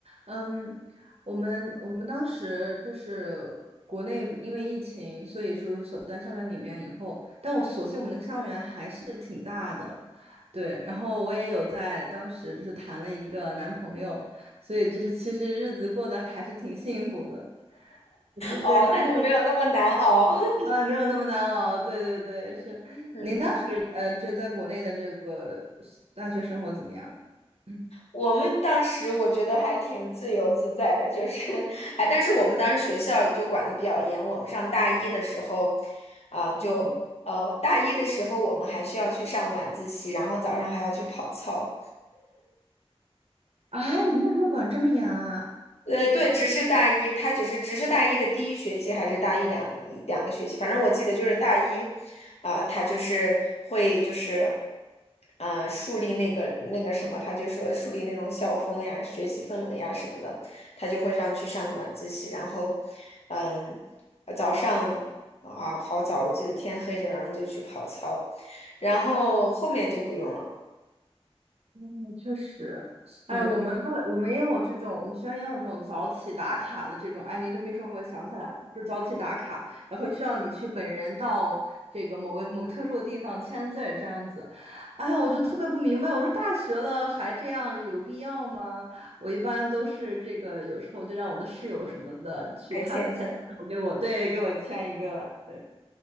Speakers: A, on the right; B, on the left.
A: 嗯，我们我们当时就是国内不因为疫情，所以就是锁在校园里面以后，但我所幸我们那个校园还是挺大的，对。然后我也有在当时就是谈了一个男朋友，所以就是其实日子过得还是挺幸福的。对对，
B: 哦，
A: 然后
B: 那就没有那么难熬。<laughs>
A: <laughs> 啊，没有那么难熬。对对对，是。
B: 嗯嗯。
A: 您当时呃，就在国内的这个大学生活怎么样？嗯
B: 我们当时我觉得还挺自由自在的，就是，<laughs> 哎，但是我们当时学校就管的比较严。我们上大一的时候，啊、就呃，
A: 嗯
B: 大一的时候我们还需要去上晚自习，然后早上还要去跑操。
A: 啊，你们为什么管这么严啊？
B: 呃，对，只是大一，他只是只是大一的第一学期，还是大一两两个学期，反正我记得就是大一，啊、他就是会就是，呃，树立那个那个什么，他就说树立那种校风呀、学习氛围呀什么的，他就会让去上晚自习，然后，嗯，呃早上啊好早，我记得天黑着，然后就去跑操，然后后面就不用了，
A: 嗯，确实，
B: 嗯，
A: 哎，我们都我们也有这种，我们学院也有这种早起打卡的这种。哎，您这么一说，我想起来了，就是早起打卡，然后需要你去本人到这个某个某个特殊的地方签字儿这样子。哎呀，我就特别不明白，我说大学了还这样有必要吗？我一般都是这个，有时候就让我的室友什么的去他们签字，
B: 还欠一下。
A: 然后给我，对，给我签一个，对，